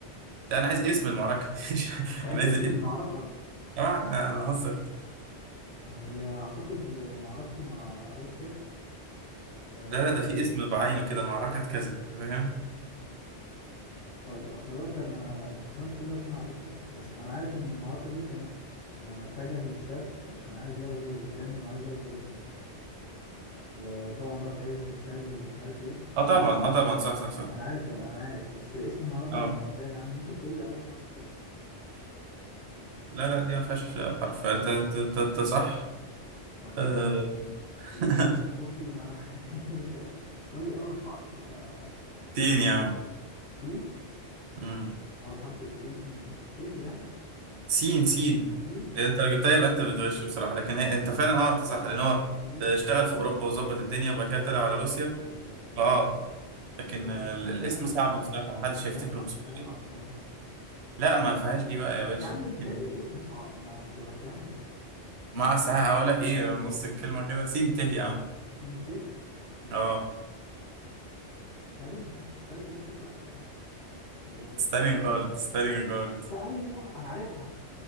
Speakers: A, on the right; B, on the left.
A: ده أنا عايز اسم المعركة <laughs> مش-
B: أنت عايز
A: أنا
B: اسم
A: عايز الاسم
B: المعركة
A: اه احنا أنا هزر
B: آه، هي أعتقد معركته مع روسيا آه،
A: لا لا ده في اسم بعينه كده معركة كذا أنت فاهم؟
B: طيب خلي بالك انا احتمال كبير اكون عارفها بس انا عارف ان المعركه دي كانت لما اتجه للشرق آه، كان عايز يغزو اتجنن وعايز يغزو روسيا و- وطبعا بقى في عز التلج ومش عارف ايه
A: اه طبعا اه طبعا صح صح صح
B: انا عارف انا عارف بس اسم المعركه
A: اه
B: يمكن تايه عني ممكن تقول لي اول حرف كده
A: لا لا دي ما فيهاش حرف انت انت انت, انت صح
B: طب ماشي
A: أه...
B: الدب
A: <laughs>
B: القطبي ما انا <laughs> مش عارف. قول لي اول حرف ولا
A: سين يا عم
B: تيم
A: مم.
B: اول حرف ايه تيم دي ت يعني
A: سين سين
B: تيم
A: إيه، انت لو جبتها يبقى انت بتغش بصراحة لكن هي انت فعلا اه انت صح لأن هو
B: تيم
A: آه، اشتغل في أوروبا وظبط الدنيا وبعد كده طلع على روسيا
B: لا س س
A: اه لكن
B: تيم
A: آه، ال-
B: طب
A: الاسم
B: تاني حرف
A: صعب بصراحة ما حدش
B: طب
A: هيفتكره
B: تاني حرف
A: بسهولة
B: تاني حرف تاني حرف
A: لا ما فيهاش دي بقى يا باشا
B: يا عم انت
A: <laughs>
B: الاسم صعب ما بت- بتسهل
A: مع ساعة هقول لك ايه نص الكلمة كده سين ته يا عم
B: سين ت ست-
A: اه
B: ستالين ستالين ده كان- لا إيه،
A: ستارينج
B: س-
A: جارد ستارينج جارد
B: است ايوه انا عارفها